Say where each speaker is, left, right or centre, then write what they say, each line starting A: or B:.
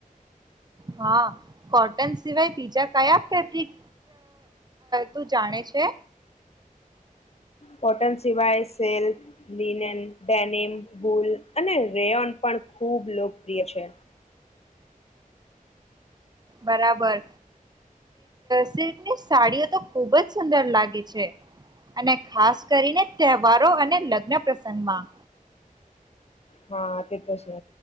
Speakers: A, on the right (about 30°); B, on the left (about 45°).
A: હા, કોટન સિવાય બીજા કયા ફેબ્રિક તું જાણે છે?
B: કોટન સિવાય સિલ્ક લિનન ડેનિમ પુલ અને રેયોન પણ ખૂબ લોકપ્રિય છે.
A: બરાબર, સિલ્કની સાડીઓ તો ખુબ જ સુંદર લાગે છે. અને ખાસ. કરીને તહેવારો અને લગ્ન પ્રસંગ માં
B: હા તે તો છે